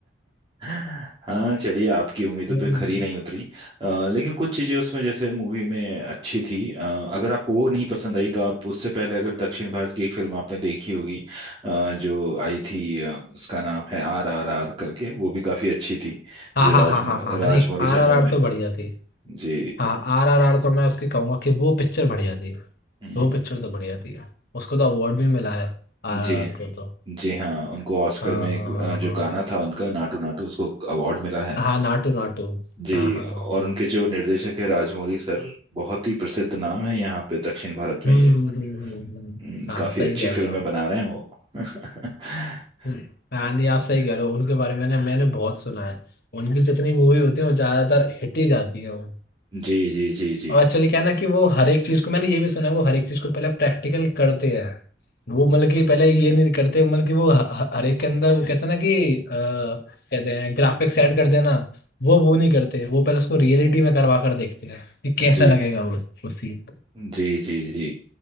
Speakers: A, on the right; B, on the left.
A: हाँ चलिए आपकी उम्मीदों
B: हम्म।
A: पे खरी नहीं उतरी अ, लेकिन कुछ चीजें उसमें जैसे मूवी में अच्छी थी अ, अगर आपको वो नहीं पसंद आई तो आप उससे पहले अगर दक्षिण भारत की एक फिल्म आपने देखी होगी अ, जो आई थी अ, उसका नाम है आर आर आर करके वो भी काफी अच्छी थी
B: हाँ
A: जो
B: हाँ
A: राज
B: हाँ हाँ हाँ
A: राजमौली
B: नहीं आर
A: सर
B: आर
A: ने
B: आर
A: बनाई
B: तो बढ़िया थी
A: जी
B: हाँ आर आर आर तो मैं उसकी कहूंगा कि वो पिक्चर बढ़िया थी
A: हम्म,
B: वो पिक्चर तो बढ़िया थी उसको तो अवार्ड भी मिला है आर आर
A: जी
B: आर को तो
A: जी हाँ उनको ऑस्कर
B: हाँ
A: में
B: हाँ
A: एक अ,
B: हाँ
A: जो
B: हाँ
A: गाना था उनका नाटू नाटू उसको अवार्ड मिला है
B: हाँ नाटू नाटू
A: जी
B: हाँ हाँ
A: और
B: हाँ हाँ
A: उनके जो निर्देशक है राजमौली सर बहुत ही प्रसिद्ध नाम है यहाँ पे दक्षिण भारत में
B: हम्म
A: ये
B: हम्म हम्म हम्म, हम्म।
A: हम्म,
B: हाँ
A: काफी
B: सही
A: अच्छी
B: कह
A: फिल्में
B: रहे हो आप
A: बना रहे हैं वो <laughs>
B: हम्म, हाँ नहीं आप सही कह रहे हो उनके बारे में मैंने मैंने बहुत सुना है उनकी जितनी मूवी होती है वो ज़्यादातर हिट ही जाती है वो
A: जी जी जी जी
B: और एक्चुअली क्या है ना कि वो हर एक चीज़ को मैंने ये भी सुना है वो हर एक चीज़ को पहले प्रैक्टिकल करते हैं वो मतलब कि पहले ये नहीं करते मतलब कि वो ह- ह- हर एक के अंदर वो कहते हैं ना कि अ, कहते हैं ग्राफिक्स ऐड कर देना वो वो नहीं करते वो पहले उसको रियलिटी में करवा कर देखते हैं कि कैसा
A: जी
B: लगेगा वो वो सीन
A: जी जी जी